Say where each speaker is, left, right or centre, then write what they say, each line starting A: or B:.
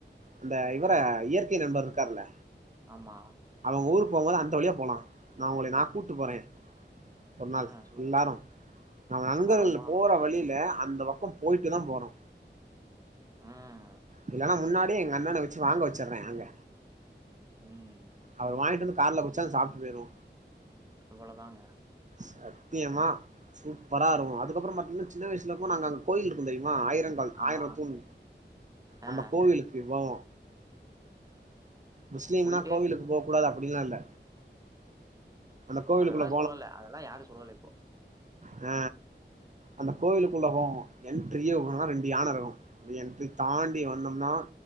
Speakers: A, on the right (about 40°); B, on the right (about 20°).
A: அந்த இவர இயற்கை நண்பர் இருக்காருல
B: ஆமா
A: அங்க ஊருக் போகும்போது அந்த வழியா போலா நான் உங்களை நா கூட்டு போறே ஒரு நாள்
B: ஆ சொல்லுங்க
A: எல்லாரு நம்ம நண்பர்கள்
B: போலாம் போலாம்
A: போற வழில அந்த பக்கம் போயாட்டுதா போறோ
B: ம்
A: இல்லனா முன்னாடியே எங்க அண்ணண வச்சு வாங்க வச்சுறே அங்க
B: ம்.
A: அவர் வாய்ன்ட்டு வந்து கார்ல குட்ச்சா அது சாப்ட்டு போய்ர்வோ
B: அவுளோதாங்க
A: சத்தியமா சூப்பரா இருக்கு அதுக்கப்புறம் பாத்தீங்னா சின்ன வய்சுல இருக்குமோது நாங்க அங்க கோயில் இருக்கு தெரிமா ஆயிரங்கால்
B: ஆமா.
A: ஆயிரோ தூண் அந்த
B: ஆ
A: கோவிலுக்கு போவோ முஸ்லீம்னா
B: போயிட்டு
A: கோவிலுக்கு போகூடாது அப்புடிலா இல்ல அந்த கோவிலுக்குள்ள
B: அதெல்லா சொல்லல அதெல்லா யாரு சொல்லல இப்போ
A: அ அந்த கோவிலுக்குள்ள போவோ என்ட்ரியே ஒரு ரெண்டு யானை இருக்கு அப்ப என்ட்ரி தாண்டி வந்தம்னா